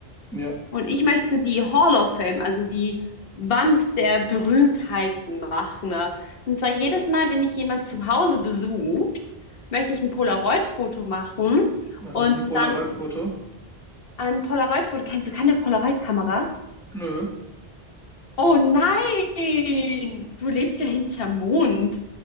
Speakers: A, in the centre; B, on the left.
A: Ja.
B: Und ich möchte die Hall of Fame, also die Wand der Berühmtheiten machen. ne? Und zwar jedes Mal, wenn mich jemand zu Hause besucht, möchte ich ein Polaroid-Foto machen
A: Was
B: und
A: ist ein dem Polaroid-Foto?
B: dann ein Polaroid-Foto. Kennst du keine Polaroid-Kameras?
A: Nö.
B: Oh nein! Du lebst ja hinterm Mond.